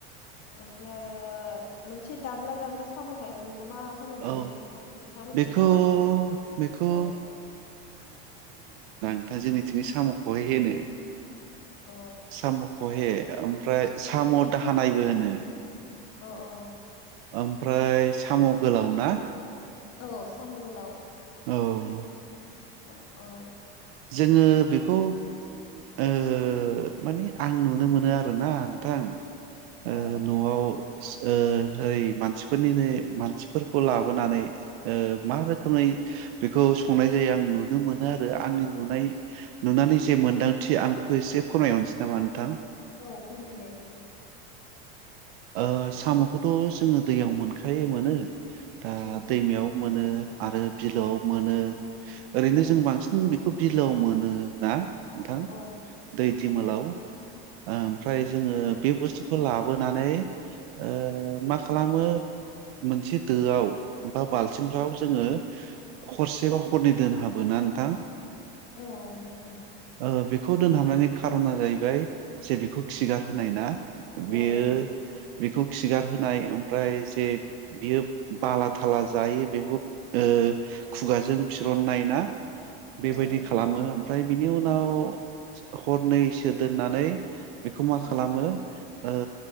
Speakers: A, on the left; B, on the right.
A: ओमफाय आरो मोनसे दाब्ला दाब्ला साम' थायोमोन बेखौ मा होनोमोनथाय
B: औ
A: नों नोंथाङा मोनथियो
B: बेखौ
A: नामा?
B: बेखौ
A: औ
B: दा जोंनि थिंयो साम' खहे होनो।
A: अ
B: साम' खहे आ ओमफ्राय साम' दाहानायबो होन उम
A: अ अ
B: ओमफ्राय साम' गोलाव ना
A: औ साम' गोलाव
B: औ
A: उम औ
B: जोंङो
A: बेबायदि
B: बेखौ ओ मानि आं नुनो मोनो आरोना नोंथां ओ
A: ओं
B: न'आव सि ओ ओरै मानसिफोरनिनो मानसिफोरखौ लाबोनानै ओ मा रोखोमै बेखौ संनाय जायो आं नुनो मोनो आरो आंनि नुनाय नुनानै जे मोन्दांथि आं फो एसे फोरमायहरनोसै नामा नोंथां?
A: औ फोरमायदो नोंथां।
B: ओ साम'खौथ' जोंङो दैयाव मोनखायो मोनो। दा
A: उम
B: दैमायाव मोनो आरो बिलोआव मोनो ओरैनो
A: औ
B: जों बांसिन बि खोब बिलोआव मोनो ना? नोथां
A: औ
B: दै
A: नंगौ
B: दिमोलाव
A: नोंथां
B: ओ ओमफ्राय जोंङो बे बुस्थुखौ लाबोनानै ओ मा खालामो मोनसे दोआव बा बाल्थिंफ्राव जोंङो हरसेबा हरनै दोनहाबोना नोंथां?
A: औ दे नोथां।
B: ओ बेखौ दोनहाबनायनि खारना जाहैबाय जे बेखौ खिगार होनाय ना? बेयो
A: औ नंगौ
B: बेखौ खिगारहोनाय ओमफ्राय जे बियो बालाथ खाला जायो बेखौ ओ खुगाजों फिरननाय ना बेबायदि
A: औ नंगौ
B: खालामो ओमफ्राय बिनि उनाव हरनैसो दोननानै बेखौ मा
A: औ
B: खालामो ओ